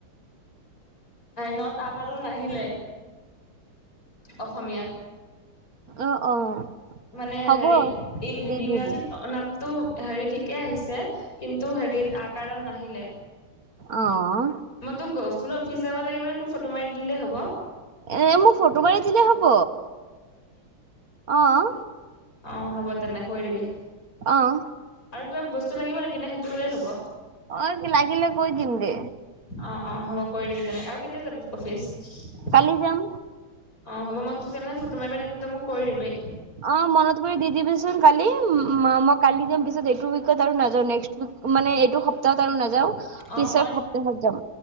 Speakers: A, on the left (about 40°); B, on the right (about 45°).
A: ন'ত আকাৰ ডাল নাহিলে। অসমীয়াত।
B: অ অ
A: মানে
B: হ'ব
A: হেৰি ইং
B: দি
A: ইংৰাজীত
B: দি দি
A: নামটো হেৰি ঠিকে আহিছে, কিন্তু হেৰিত আকাৰডাল নাহিলে।
B: অঁ
A: মই তোক তোলগ অফিচ যাব লাগিব নে তোক ফটো মাৰি দিলেই হ'ব?
B: এ মোক ফটো মাৰি দিলে হ'ব অঁ
A: অঁ। হ'ব তেনে কৰি দিবি।
B: অঁ
A: আৰু কিবা বস্তু লাগিব নেকি, নে সেইটো হ'লেই হ'ব?
B: অঁ লাগিলে কৈ দিম দে।
A: অঁ অঁ হ'ব কৰি দিবি তেনে আৰু কেতিয়া যাবি অফিচ?
B: কালি যাম।
A: অঁ হ'ব মই তোক কেনেহলে ফটো মাৰিবা দি দিম তই মোক কৰি দিবি।
B: অঁ মনত কৰি দি দিবিচোন কালি। মই কালি দিম পিছত এইটো ছত আৰু নাযাও নেক্সট উইক মানে এইটো সপ্তাহত আৰু নাযাওঁ। পিছৰ
A: অঁ মই
B: সপ্তাহত যাম